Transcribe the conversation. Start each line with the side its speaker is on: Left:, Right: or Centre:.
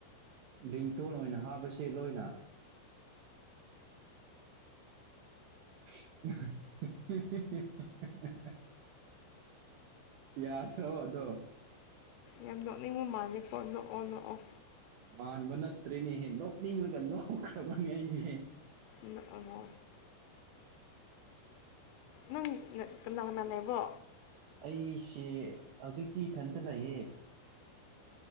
Right: ꯂꯡꯇꯣꯟ ꯑꯣꯏꯅ ꯍꯥꯞꯄꯁꯦ ꯂꯣꯏꯅ ꯎ ꯌꯥꯗ ꯑꯗꯣ
Left: ꯌꯥꯝ ꯅꯣꯛꯅꯤꯡꯕ ꯃꯥꯜꯂꯦꯀꯣ ꯅꯣꯛꯑꯣ ꯅꯣꯛꯑꯣ
Right: ꯄꯥꯟꯕ ꯅꯠꯇ꯭ꯔꯦꯅꯦꯍꯦ ꯅꯣꯛꯅꯤꯡꯉꯒ ꯅꯣꯛꯈ꯭ꯔꯕꯅꯤ ꯑꯩꯁꯦ
Left: ꯅꯪ ꯑꯁ ꯅꯪ ꯀꯅꯥ ꯀꯅꯥꯅꯦꯕꯣ
Right: ꯑꯩꯁꯦ ꯍꯧꯖꯤꯛꯇꯤ ꯏꯊꯟꯇ ꯂꯩꯌꯦꯦ